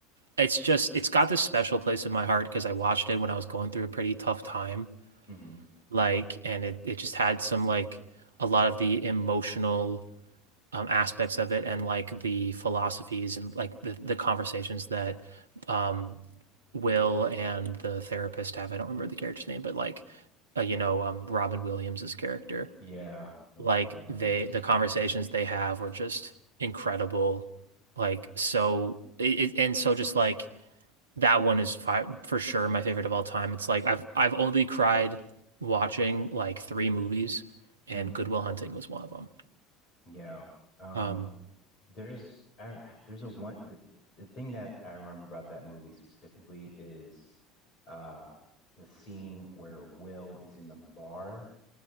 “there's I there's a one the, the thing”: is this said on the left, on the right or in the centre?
Left